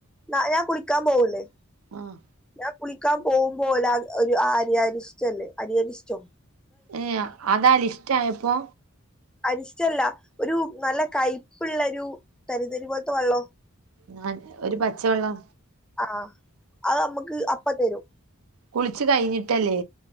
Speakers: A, in the centre; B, on the right.
A: നാ ഞാ കുളിക്കാ പോവൂല്ലേ
B: ആഹ്
A: ഞാ കുളിക്കാ പോവുമ്പോ ഓലാ ഒര് ആര്യ അരീഷ്ടല്ലേ അരിയരി ഇഷ്ട്ടേ
B: ഏഹ് അതലിഷ്ട്ട ആയപ്പോ
A: അരിഷ്ട്യല്ല ഒരു നല്ല കയ്പ്പ്ള്ള ഒരു തരിതരി പോല്ത്ത വള്ളോ
B: ഞാൻ ഒരു പച്ചവെള്ളം
A: ആഹ് അത് അമ്മക്ക് അപ്പ തരും
B: കുളിച്ച് കഴിഞ്ഞിട്ടല്ലേ